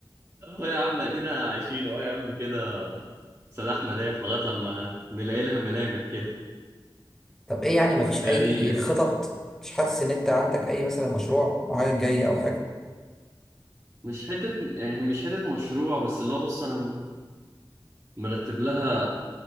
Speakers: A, on the right; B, in the centre.
A: اهو يا عم ادينا عايشين اهو يا عم كده سلاح مداح لغاية لما نلاقي لها ملامح كده
B: طب ايه يعني مفيش
A: بس يعني
B: اي خطط مش حاسس ان انت عندك اي مثلا مشروع معين جاي او حاجة
A: مش حتة يعني مش حتة مشروع بس اللي هو بص انا مرتب لها